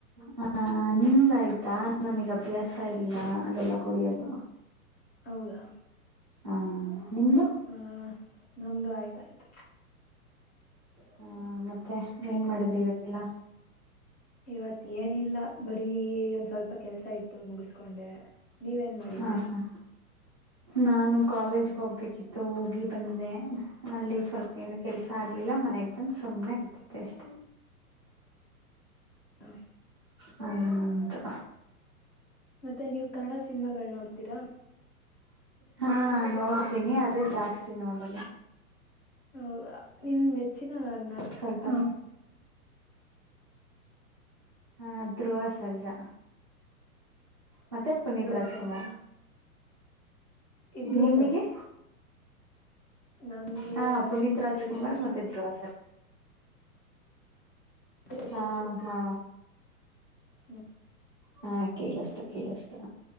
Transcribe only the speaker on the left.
ಹೌದಾ
ಹ್ಮ ನಮ್ದು ಆಯ್ತ ಆಯ್ತು
ಮತ್ತೆ
ಇವತ್ ಏನಿಲ್ಲ ಬರೀ ಒಂದ್ ಸ್ವಲ್ಪ ಕೆಲ್ಸ ಇತ್ತು ಮುಗಿಸಕೊಂಡೆ ನೀವೇನ್ ಮಾಡಿದ್ರಿ
ಹ
ಹಾ
ಮತ್ತೆ ನೀವು ಕನ್ನಡ ಸಿನಿಮಾಗಳ ನೋಡ್ತೀರಾ
ಹೌದಾ ನಿಮ್ ಮೆಚ್ಚಿನ ನ
ಧ್ರುವ
ಸರ್ಜನಾ ಇಬ್ರುನಾ
ನಮ್ಗೆ
ರಕ್ಷಿತ್
ಶೆಟ್ಟಿ
ರಿಷಬ್
ಶೆಟ್ಟಿ
ರಿಷಬ್
ಶೆಟ್ಟಿ
ಹ್ಮ್